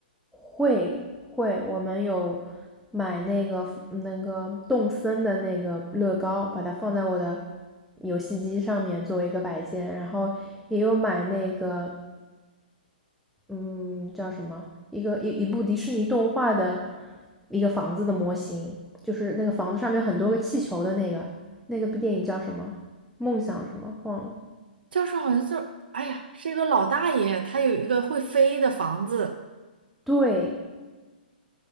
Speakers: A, in the centre; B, on the right.
A: 会会，我们有买那个那个动森的那个乐高，把它放在我的游戏机上面作为一个摆件，然后也有买那个嗯叫什么一个一一部迪士尼动画的一个房子的模型，就是那个房子上面有很多个气球的那个，那个部电影叫什么？梦想什么？忘了。
B: 教室好像就，哎呀，是一个老大爷，他有一个会飞的房子。
A: 对，